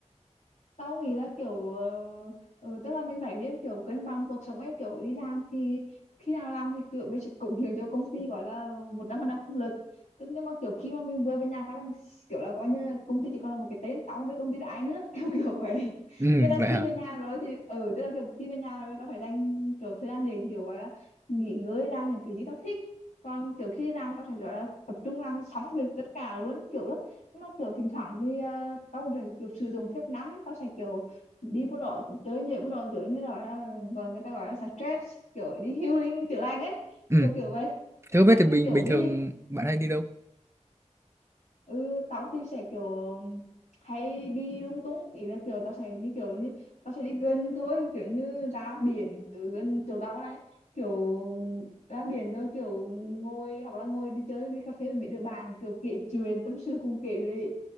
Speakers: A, on the left; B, on the right.
A: tao nghĩ là kiểu ờ, ừ, tức là mình phải biết kiểu cân bằng cuộc sống ấy kiểu đi làm thì khi nào làm thì kiểu mình sẽ cống hiến cho công ty gọi là một trăm phần trăm công lực Thế nhưng mà kiểu khi mà mình vừa về nhà phát là mình kiểu là coi như là công ty chỉ còn là một cái tên tao không biết công ty là ai nữa <laughs> kiểu kiểu vậy
B: Ừ,
A: nên là
B: vậy
A: khi
B: hả?
A: về nhà rồi thì ừ tức là kiểu khi về nhà rồi tao phải dành kiểu thời gian để kiểu gọi là nghỉ ngơi làm những cái gì tao thích còn kiểu khi đi làm tao phải gọi là tập trung làm xong việc tất cả luôn kiểu nhưng mà kiểu thỉnh thoảng thì à, tao cũng sẽ kiểu sử dụng phép nắng tao sẽ kiểu đi bộ đội chơi nhảy bộ đội kiểu như là gọi là gọi người ta gọi là stress kiểu đi <laughs> healing chữa lành ấy
B: Ừ.
A: kiểu kiểu vậy
B: Thế không biết
A: còn
B: thì bình
A: kiểu
B: bình
A: Mỹ
B: thường
A: thì
B: bạn hay đi đâu?
A: ừ tao thì sẽ kiểu hay đi lung tung ý là kiểu tao sẽ đi kiểu như tao sẽ đi gần thôi kiểu như ra biển ở gần chỗ tao này kiểu ra biển rồi kiểu ngồi hoặc là ngồi đi chơi đi cà phê với mấy đứa bạn kiểu kể chuyện tâm sự cùng kể lệ